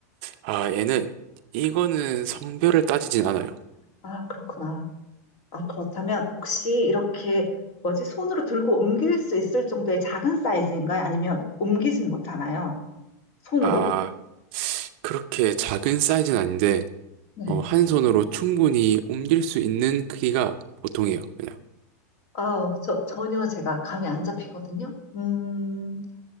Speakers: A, on the right; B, on the left.
A: 아, 얘는, 이거는 성별을 따지진 않아요.
B: 아, 그렇구나. 아, 그렇다면 혹시 이렇게 뭐지? 손으로 들고 옮길 수 있을 정도의 작은 사이즈인가요? 아니면 옮기진 못하나요? 손으로?
A: 아, 그렇게 작은 사이즈는 아닌데,
B: 네.
A: 어, 한 손으로 충분히 옮길 수 있는 크기가 보통이에요. 그냥.
B: 아우, 저 전혀 제가 감이 안 잡히거든요. 음,